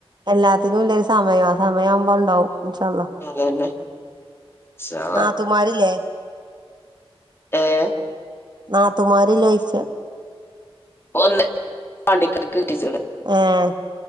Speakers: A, on the right; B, on the left.
A: എല്ലാത്തിനുല്ലൊരു സമയം ആ സമയാവുമ്പോണ്ടാവും ഇൻഷാഅള്ളാ
B: അതന്നെ ഇൻഷാ അള്ളാ
A: നാത്തൂമാരില്ലേ
B: ഏഹ്
A: നാത്തൂമാരില്ലോയ്ച്ച
B: ഒന്ന് പാണ്ടിക്കാട്ട്ക്ക് കെട്ടിച്ച്ണ്
A: ഏഹ്